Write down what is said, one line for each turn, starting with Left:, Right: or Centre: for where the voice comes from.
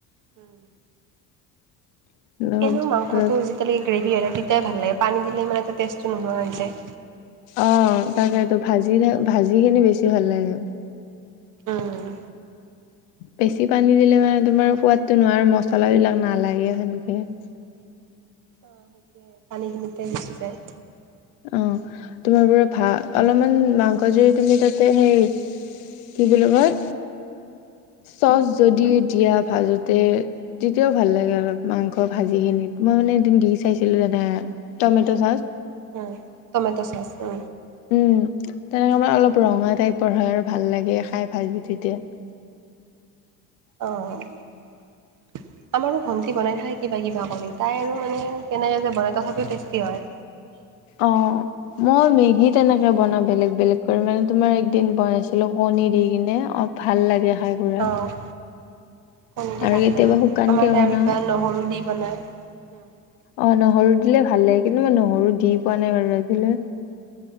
Right: উম।
Left: তেনেকা
Right: এনেও মাংসটো যেতিয়ালৈকে গ্ৰেভি হৈ থাকে তেতিয়াই ভাল লাগে, পানী দিলে ইমানে এটা টেষ্টটো নোহোৱা হৈ যায়।
Left: অ' তাকেতো ভাজি, ভাজিখিনি বেছি ভাল লাগে।
Right: উম।
Left: বেছি পানী দিলে মানে তোমাৰ সোৱাদটো নোৱাৰ, মচলাবিলাক নালাগে <unintelligible>
Right: অ' সেইটোৱে, পানীখিনিতে গুচি যায়।
Left: অ' তোমাৰ ধৰা ভা অলপমান মাংস জুৰি তুমি তাতে সেই কি বুলি কয়, চচ যদি দিয়া ভাজোতে তেতিয়াও ভাল লাগে অলপ মাংস ভাজি কিনিত, মই মানে এদিন দি চাইছিলো জানা। Tomato sauce.
Right: হু, টমেট' চচ উ।
Left: উম, তেনেকে মা অলপ ৰঙা টাইপৰ হয় আৰু ভাল লাগে খাই ভাজি <unintelligible>
Right: অ' আমাৰো ভন টি বনাই থাকে কিবা কিবা কৰি, তাই আৰু মানে কেনেকে যে বনায় তথাপিও টেষ্টি হয়।
Left: অ'। মই মেগী তেনেকে বনা বেলেগ বেলেগ কৰি, মানে তোমাৰ একদিন বনাইছিলোঁ কণী দি কিনে অপ ভাল লাগে খাই। পুৰা
Right: অ' কণ দি
Left: আৰু
Right: ভাল
Left: কেতিয়াবা
Right: লাগে।
Left: শুকানকে
Right: আমাৰ তাই
Left: বনাও
Right: আৰু কিবা নহৰু দি বনায়। <unintelligible>
Left: অ' নহৰু দিলে ভাল লাগে কিন্তু মই নহৰু দি পোৱা নাই বাৰু আজিলে।